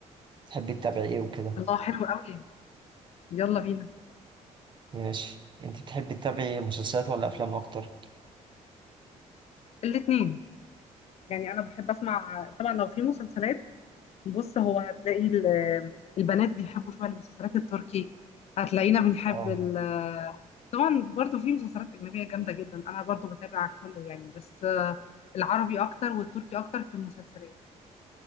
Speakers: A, on the right; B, on the left.
A: تحبي تتابعي ايه وكده
B: الله حلو قوي يلا بينا
A: ماشي انت بتحبي تتابعي مسلسلات ولا افلام اكتر
B: الاتنين يعني انا بحب اسمع طبعا لو في مسلسلات بص هو هتلاقي ال- البنات بيحبوا شويه المسلسلات التركي هتلاقينا بنحب
A: اه
B: ال طبعا برضو في مسلسلات اجنبيه جامده جدا انا برضو بتابع كله يعني بس آه، العربي اكتر والتركي اكتر في المسلسلات